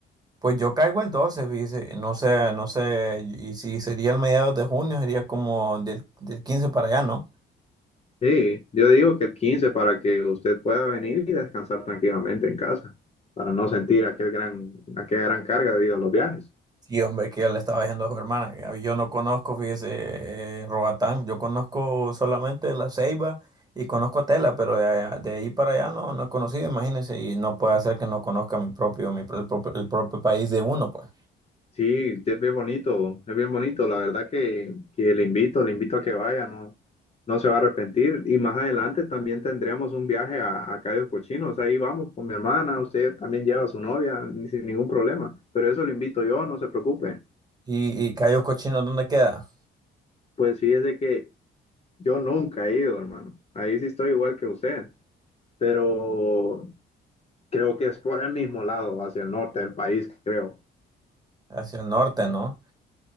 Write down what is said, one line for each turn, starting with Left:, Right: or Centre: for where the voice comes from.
Right: Pues yo caigo el 12, fíjese, no sé, no sé, y si sería el mediados de junio, sería como del, del 15 para allá, ¿no?
Left: Sí, yo digo que el 15 para que usted pueda venir y descansar tranquilamente en casa, para no sentir aquel gran, aquella gran carga debido a los viajes.
Right: Sí, hombre, que yo le estaba diciendo a su hermana, que a- yo no conozco, fíjese, eh, Roatán, yo conozco solamente La Ceiba y conozco Tela, pero de, allá- de ahí para allá no, no he conocido, imagínense, y no puede ser que no conozca mi propio, mi, pro- el propio, el propio país de uno, pues.
Left: Sí, es bien bonito, es bien bonito. La verdad que, que le invito, le invito a que vaya, no, no se va a arrepentir. Y más adelante también tendríamos un viaje a, a Cayos Cochinos. Ahí vamos con mi hermana, usted también lleva a su novia, ni- sin ningún problema. Pero eso lo invito yo, no se preocupe.
Right: Y, y Cayos Cochinos, ¿dónde queda?
Left: Pues fíjese que yo nunca he ido, hermano. Ahí sí estoy igual que usted. Pero creo que es por el mismo lado, hacia el norte del país, creo.
Right: Hacia el norte, ¿no?